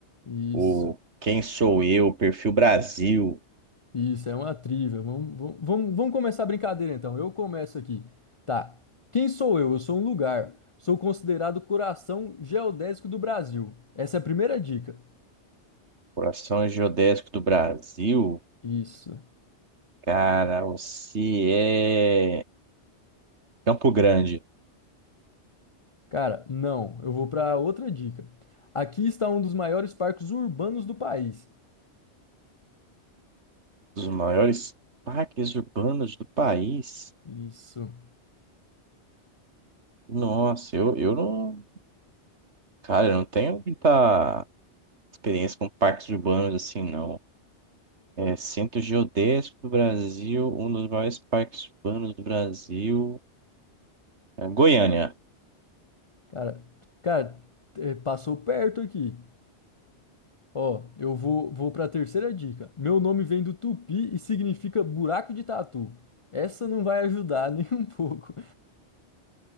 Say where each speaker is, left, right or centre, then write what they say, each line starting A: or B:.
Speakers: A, on the left; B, on the right.
A: Isso,
B: o Quem Sou Eu, Perfil Brasil,
A: isso, é uma trivia. Vamos, vamos, vamos, vamos começar a brincadeira então. Eu começo aqui. Tá. Quem sou eu? Eu sou um lugar. Sou considerado o coração geodésico do Brasil. Essa é a primeira dica.
B: Coração Geodésico do Brasil.
A: Isso.
B: Cara, você é Campo Grande,
A: Cara, não. Eu vou pra outra dica. Aqui está um dos maiores parques urbanos do país.
B: dos maiores parques urbanos do país.
A: Isso.
B: Nossa, eu, eu não, cara, eu não tenho muita experiência com parques urbanos assim, não. É, Centro Geodésico do Brasil, um dos maiores parques urbanos do Brasil. É, Goiânia.
A: Cara, cara, eh, passou perto aqui. Ó, eu vou, vou para a terceira dica. Meu nome vem do tupi e significa buraco de tatu. Essa não vai ajudar <laughs> nem um pouco.